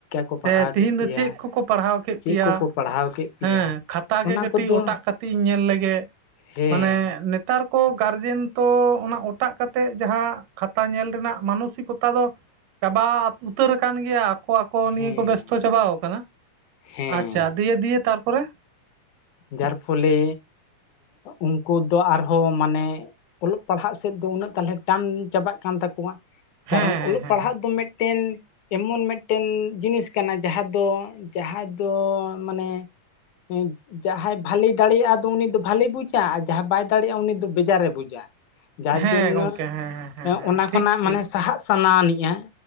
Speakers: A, on the left; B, on the right.
A: ᱠᱚ
B: ᱥᱮ
A: ᱯᱟᱲᱦᱟᱣ
B: ᱛᱤᱦᱤᱧ
A: ᱠᱮᱫ
B: ᱫᱚ
A: ᱯᱮᱭᱟ
B: ᱪᱮᱫ ᱠᱚᱠᱚ ᱯᱟᱲᱦᱟᱣ ᱠᱮᱫ
A: ᱪᱮᱫ
B: ᱯᱮᱭᱟ
A: ᱠᱚᱠᱚ ᱯᱟᱲᱦᱟᱣ ᱠᱮᱫ ᱯᱮᱭᱟ
B: ᱦᱮᱸ ᱠᱷᱟᱛᱟ
A: ᱚᱱᱟ
B: ᱜᱮ ᱠᱟᱹᱴᱤᱡ
A: ᱠᱚᱫᱚ
B: ᱚᱴᱟᱜ ᱠᱟᱛᱮᱧ ᱧᱮᱞ ᱞᱮᱜᱮ
A: ᱦᱮᱸ
B: ᱢᱟᱱᱮ ᱱᱮᱛᱼᱼ ᱼᱛᱟᱨ ᱠᱚ ᱜᱟᱨᱡᱮᱱ ᱛᱚ ᱚᱱᱟ ᱚᱴᱟᱜ ᱠᱟᱛᱮᱫ ᱡᱟᱦᱟᱸ ᱠᱷᱟᱛᱟ ᱧᱮᱞ ᱨᱮᱱᱟᱜ ᱢᱟᱱᱚᱥᱤᱠᱚᱛᱟ ᱫᱚ ᱪᱟᱵᱟ ᱩᱛᱟᱹᱨ ᱟᱠᱟᱱ ᱜᱮᱭᱟ᱾ ᱟᱠᱚ ᱟᱠᱚ ᱱᱤᱭᱟᱹ
A: ᱦᱮᱸ
B: ᱠᱚ ᱵᱮᱥᱛᱚ ᱪᱟᱵᱟᱣ ᱟᱠᱟᱱᱟ᱾
A: ᱦᱮᱸ
B: ᱟᱪᱪᱷᱟ ᱫᱤᱭᱮ ᱫᱤᱭᱮ ᱛᱟᱨᱯᱚᱨᱮ
A: ᱡᱟᱨ ᱯᱷᱚᱞᱮ ᱩᱱᱠᱩ ᱫᱚ ᱟᱨᱦᱚᱸ ᱢᱟᱱᱮ ᱚᱞᱚᱜ ᱯᱟᱲᱦᱟᱜ ᱥᱮᱫ ᱫᱚ ᱩᱱᱟᱹᱜ ᱛᱟᱦᱚᱞᱮ ᱴᱟᱱ ᱪᱟᱵᱟᱜ ᱠᱟᱱ ᱛᱟᱠᱚᱣᱟ ᱠᱟᱨᱚᱱ
B: ᱦᱮᱸ ᱦᱮᱸ
A: ᱚᱞᱚᱜ
B: ᱦᱮᱸ
A: ᱯᱟᱲᱦᱟᱜ
B: ᱦᱮᱸ
A: ᱫᱚ ᱢᱤᱫᱴᱮᱱ ᱮᱢᱚᱱ ᱢᱤᱫᱴᱮᱱ ᱡᱤᱱᱤᱥ ᱠᱟᱱᱟ ᱡᱟᱦᱟᱸ ᱫᱚ ᱡᱟᱦᱟᱸ ᱫᱚ ᱢᱟᱱᱮ ᱦᱮᱸ ᱡᱟᱦᱟᱸᱭ ᱵᱷᱟᱞᱮᱭ ᱫᱟᱲᱮᱭᱟᱜᱼᱟ ᱟᱫᱚ ᱩᱱᱤ ᱫᱚ ᱵᱷᱟᱞᱮᱭ ᱵᱩᱡᱟ ᱟᱨ ᱡᱟᱦᱟᱸᱭ ᱵᱟᱭ ᱫᱟᱲᱮᱭᱟᱜᱼᱟ ᱩᱱᱤ ᱫᱚ ᱵᱮᱡᱟᱨᱮ ᱵᱩᱡᱟ ᱾ ᱡᱟᱨ
B: ᱦᱮᱸ
A: ᱡᱚᱱᱱᱚ
B: ᱜᱚᱝᱠᱮ ᱦᱮᱸ ᱦᱮᱸ ᱦᱮᱸ ᱦᱮᱸ
A: ᱚᱱᱟ
B: ᱴᱷᱤᱠ
A: ᱠᱷᱚᱱᱟᱜ
B: ᱴᱷᱤᱠ
A: ᱢᱟᱱᱮ ᱥᱟᱦᱟᱜ ᱥᱟᱱᱟ ᱟᱱᱤᱡᱼᱟ ᱾